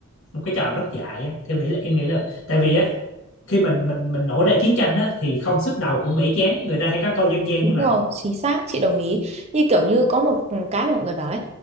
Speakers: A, on the left (about 65°); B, on the right (about 30°).
A: một cái trò rất dại á. Theo em nghĩ là em nghĩ là tại vì á khi mình mình mình nổ ra chiến tranh á thì không sức đầu cũng mẻ chán người ta hay có câu dân gian
B: Đúng
A: như vậy
B: rồi, chính xác, chị đồng ý. Như kiểu như có một ừ, cái mà mọi người bảo ấy,